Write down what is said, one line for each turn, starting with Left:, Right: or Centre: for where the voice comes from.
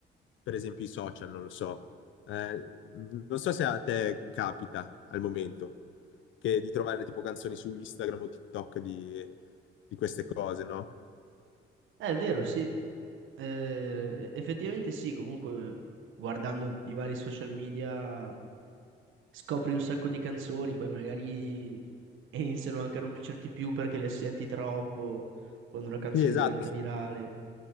Left: per esempio, i social, non lo so. Eh, non so se a te capita al momento che di trovare tipo canzoni su Instagram o TikTok di, di queste cose, no?
Right: è vero, sì. Eh, effettivamente sì, comunque guardando i vari social media. scopri un sacco di canzoni, poi magari iniziano anche a non piacerti più perché le senti troppo quando una canzone
Left: Sì, esatto,
Right: diventa virale.